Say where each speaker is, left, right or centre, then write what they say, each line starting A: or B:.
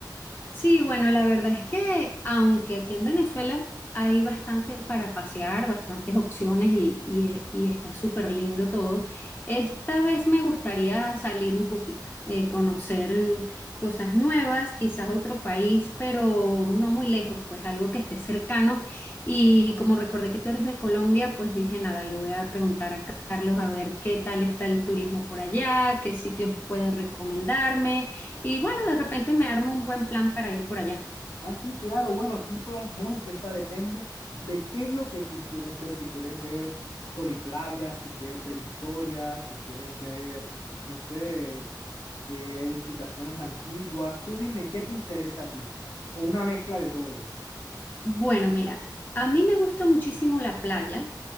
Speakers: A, on the left; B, on the left.
A: Sí, bueno, la verdad es que aunque aquí en Venezuela hay bastante para pasear, bastantes opciones y, y- y está súper lindo todo, esta vez me gustaría salir un poquito, eh, conocer mm, cosas nuevas, quizás otro país, pero no muy lejos, pues algo que esté cercano. Y como recordé que tú eres de Colombia, pues dije, nada, le voy a preguntar a Carlos a ver qué tal está el turismo por allá, qué sitios puede recomendarme. Y bueno, de repente me armo un buen plan para ir por allá.
B: Ah, sí, claro. Bueno, aquí pro- vamos a empezar. Depende de qué es lo que tú quieres ver. Si quieres ver sol y playa, si quieres ver historias, si quieres ver, no sé, eh, edificaciones antiguas. Tú dime, ¿qué te interesa a ti? O una mezcla de todo.
A: Bueno, mira, a mí me gusta muchísimo la playa,